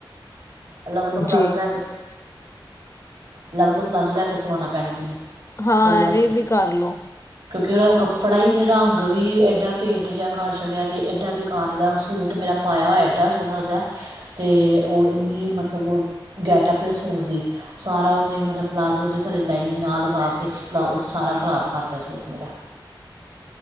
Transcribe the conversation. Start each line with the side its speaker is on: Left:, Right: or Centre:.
Right: ਅਲੱਗ ਤੋਂ ਪਲਾਜ਼ੋ
Left: ਜੀ।
Right: ਲੈ ਕੇ ਅਲੱਗ ਤੋਂ ਪਲਾਜ਼ੋ ਲੈ ਕੇ ਸਵਾਉਣਾ ਪੈਣਾ ਮੈਨੂੰ
Left: ਹਾਂ
Right: ਉਹਦੇ ਵਾਸਤੇ
Left: ਐਵੇਂ ਵੀ ਕਰਲੋ
Right: ਕਿਉਂਕਿ ਉਹਦਾ ਕੱਪੜਾ ਹੀ ਉਹਨੇ ਰੰਗ ਵੀ ਐਡਾ ਫੇਟ ਜਾ ਕਰ ਛੱਡਿਆ ਤੇ ਏਡਾ ਵੇਕਾਰ ਲਦਾ ਸੂਟ ਮੇਰਾ ਪਾਇਆ ਹੋਇ ਐਡਾ ਸੋਹਣਾ ਲੱਗਦਾਤੇ ਉਹ ਇਨੀ ਮਤਲਬ ਗਟਪਐਪ ਸੂਟ ਦੀ ਸਾਰਾ ਉਹਨੇ ਮਲਬ ਪਲਾਜ਼ੋ ਦੇ ਥੱਲੇ ਲਾਈਨਿੰਗ ਨਾ ਲਗਾ ਕੇ ਉਹ ਸਾਰਾ ਖਰਾਬ ਕਰਤਾ ਸੂਟ ਮੇਰਾ